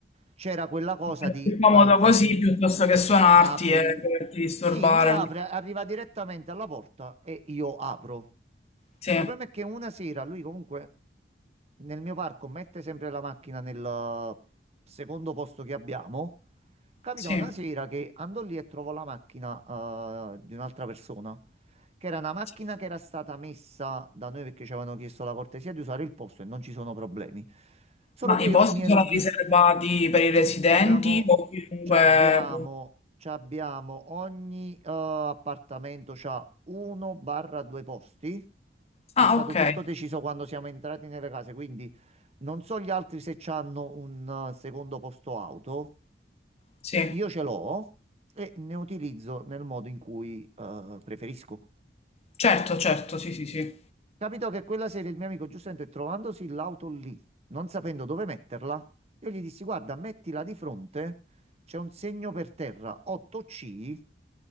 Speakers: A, on the right; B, on the left.
A: c'era quella cosa
B: È
A: di
B: più comodo
A: alzati,
B: così piuttosto che suonarti
A: Apri.
B: e doverti disturbare.
A: Sì, lui apre, arriva direttamente alla porta e io apro. Il
B: Sì,
A: problema è che una sera lui comunque nel mio parco mette sempre la macchina nel secondo posto che abbiamo. Capita
B: sì.
A: una sera che andò lì e trovo la macchina eh, di un'altra persona, che era una macchina
B: sì.
A: che era stata messa da noi perché ci avevano chiesto la cortesia di usare il posto e non ci sono problemi. Solo
B: Ma
A: che
B: i
A: io
B: posti
A: mi ero
B: sono
A: di-
B: riservati per i residenti
A: C'abbiamo,
B: o chiunque...
A: c'abbiamo, c'abbiamo ogni eh, appartamento c'ha uno barra due posti. Ed
B: Ah,
A: È stato
B: ok.
A: tutto
B: Ok.
A: deciso quando siamo entrati nelle case, quindi non so gli altri se c'hanno un eh, secondo posto auto.
B: Sì.
A: Io ce l'ho e ne utilizzo nel modo in cui eh, preferisco.
B: Certo, certo, sì, sì, sì.
A: Capitò che quella sera il mio amico Giuseppe, trovandosi l'auto lì, non sapendo dove metterla, io gli dissi: Guarda, mettila di fronte, c'è un segno per terra 8C,